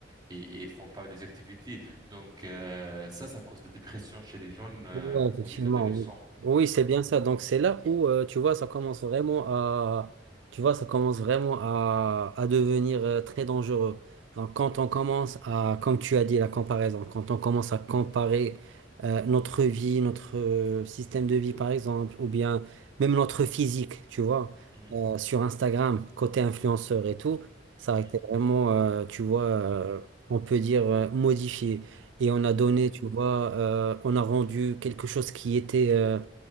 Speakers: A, on the right (about 25°); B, on the right (about 80°).
A: et, et ils font pas des activités. Donc euh, ça, ça cause de la dépression chez les jeunes euh,
B: Ouais, effectivement.
A: ou les adolescents.
B: Oui, Oui, c'est bien ça. Donc c'est là où euh, tu vois ça commence vraiment à tu vois ça commence vraiment à, à devenir euh, très dangereux. Donc quand on commence à comme tu as dit la comparaison, quand on commence à comparer euh, notre vie, notre euh, système de vie par exemple ou bien même notre physique, tu vois,
A: Mhm,
B: euh, sur Instagram côté influenceur et tout, ça
A: mhm,
B: a été vraiment euh, tu vois euh, on peut dire euh, modifié et on a donné,
A: mhm,
B: tu vois, euh, on a rendu quelque chose qui était, euh,